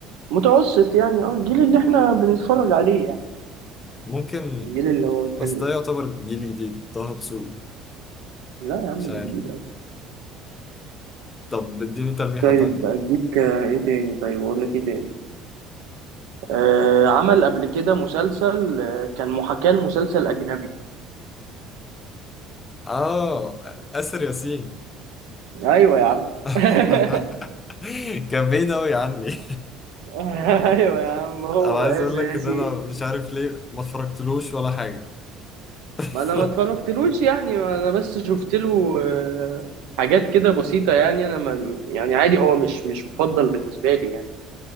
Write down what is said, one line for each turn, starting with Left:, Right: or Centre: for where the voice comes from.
Right: متوسط يعني اه الجيل اللي احنا بنتفرج عليه يعني
Left: ممكن
Right: الجيل اللي هو الحلو
Left: بس ده
Right: يعني
Left: يعتبر جيل جديد طه دسوقي
Right: لا يا عم
Left: مش عارف
Right: ده جديد أوي
Left: طب اديني تلميحة
Right: طيب
Left: تانية
Right: أديك آه، إيه تاني طيب أقول لك إيه تاني آه عمل قبل كده مسلسل آه، كان محاكاة لمسلسل أجنبي
Left: اه آسر ياسين
Right: أيوه يا عم
Left: <laughs>
Right: <laughs>
Left: كان بعيد أوي عني
Right: ايوه يا عم
Left: <laughs>
Right: هو
Left: انا عايز
Right: اساسي
Left: اقول لك ان انا مش عارف ليه ما اتفرجتلوش ولا حاجة <laughs>
Right: ما انا ما اتفرجتلوش يعني ما انا بس شفت له آه، حاجات كده بسيطة يعني انا ما يعني عادي هو مش مش مفضل بالنسبة لي يعني